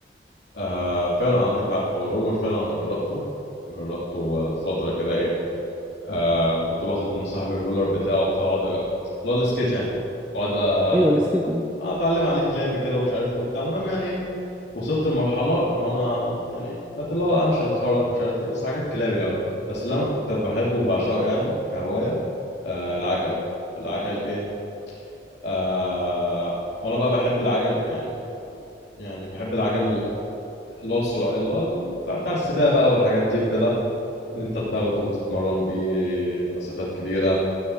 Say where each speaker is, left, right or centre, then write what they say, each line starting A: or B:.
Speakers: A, on the left; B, in the centre.
A: آه فعلا عندك حق هو الرولر فعلا انا جربته جربته آه، فتره كده ايه آه كنت باخد من صاحبي الرولر بتاعه بتاعه اقعد أ- اللي هو السكيت يعني واقعد آه،
B: ايوه السكيت اه
A: اتعلم عليه كلابي كده ومش عارف ايه وبتاع المهم يعني وصلت لمرحلة إن أنا يعني بقيت اللي هو أمشي أتحرك مش عارف إيه بس حاجات كلابي أوي بس اللي أنا كنت بحبه وبعشقه يعني كهواية آه العجل العجل إيه آه وأنا بقى بحب العجل يعني يعني بحب العجل اللي هو السرعة اللي هو ال- بتاع بتاع السباق بقى والحاجات دي وكده إن أنت بتاخده وتتمرن بيه مسافات كبيرة